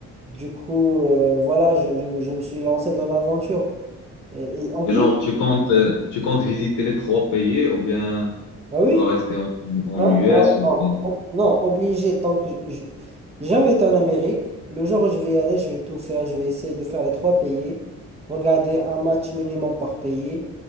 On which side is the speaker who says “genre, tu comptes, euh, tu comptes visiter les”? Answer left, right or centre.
Left